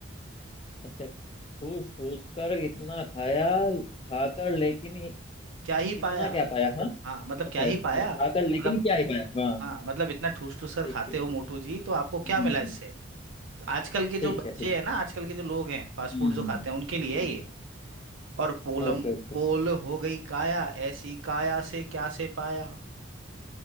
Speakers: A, on the left; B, on the right.
A: अच्छा ठूस ठूस कर इतना खाया खाकर लेकिन
B: क्या
A: कितना
B: ही पाया
A: क्या पाया हाँ
B: हाँ मतलब
A: अच्छा
B: क्या ही पाया
A: लिखा
B: मतलब
A: कर लेकिन क्या ही पाया हाँ
B: हाँ मतलब इतना ठूस ठूस कर
A: ठीक
B: खाते
A: ठीक
B: हो
A: ठीक
B: मोटू जी तो आपको क्या
A: हम्म
B: मिला इससे तो आजकल के जो
A: ठीक
B: बच्चे
A: है ठीक
B: हैं
A: है
B: ना आजकल के जो लोग हैं फास्ट
A: हम्म
B: फूड जो खाते हैं उनके लिए
A: हम्म
B: है ये और पोलम
A: Okay okay
B: पोल
A: okay
B: हो गई काया ऐसी काया से क्या से पाया